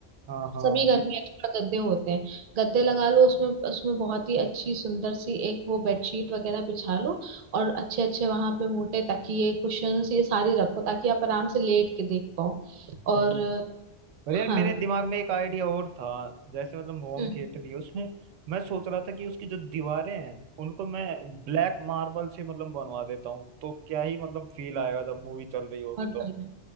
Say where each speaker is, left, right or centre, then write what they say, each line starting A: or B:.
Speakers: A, on the right (about 85°); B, on the right (about 55°).
A: हाँ हाँ
B: सभी घर में एक्स्ट्रा गद्दे होते हैं गद्दे लगा लो उसमें उसमें बहुत ही अच्छी सुंदर सी एक वो बेडशीट वगैरह बिछा लो और अच्छे अच्छे वहां पे मोटे तकिए कुशन्स ये सारे रखो ताकि आप आराम से लेट के देख पाओ
A: सही
B: और
A: बात और
B: हाँ
A: यार मेरे दिमाग में एक आइडिया और था जैसे मतलब होम
B: हम्म
A: थिएटर ही है, उसमें मैं सोच रहा था कि उसकी जो दीवारें हैं उनको मैं ब्लैक मार्बल से मतलब बनवा देता हूँ तो क्या ही मतलब फील आएगा जब मूवी चल रही होगी
B: बहुत
A: तो
B: बढ़िया